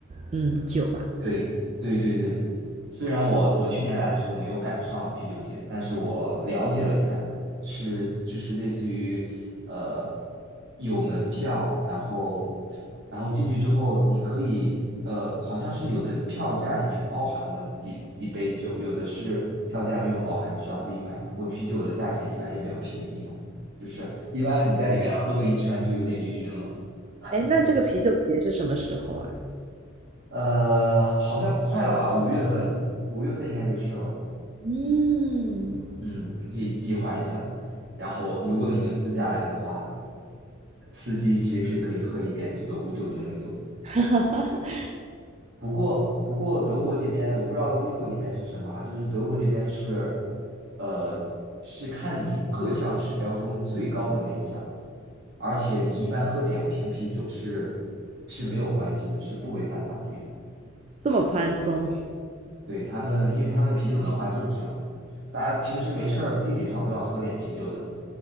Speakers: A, on the right; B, on the right.
A: 嗯酒啊？
B: 对对对对，虽然我我去年来的时候没有赶上啤酒节，但是我了解了一下，是就是类似于呃有门票，然后然后进去之后你可以呃好像是有的票价里面包含了几几杯酒，有的是票价没有包含，你需要自己买。不过啤酒的价钱一般也比较便宜嘛，就是一般你在里面喝个一圈就有点晕晕了。<laughs>
A: 哎，那这个啤酒节是什么时候啊？
B: 呃，好像快了吧？五月份，五月份应该就是了。
A: 嗯，
B: 嗯，你可以计划一下。然后，如果你们自驾来的话，司机其实是可以喝一点这个无酒精的酒的。
A: <laughs>
B: 不过，不过德国这边我不知道英国那边是什么啊，就是德国这边是，呃，是看你各项指标中最高的那一项，而且你一般喝两瓶啤酒是是没有关系的，是不违反法律的。
A: 这么宽松？
B: 对，他们，因为他们啤酒文化就是这样，大家平时没事儿地铁上都要喝点啤酒的，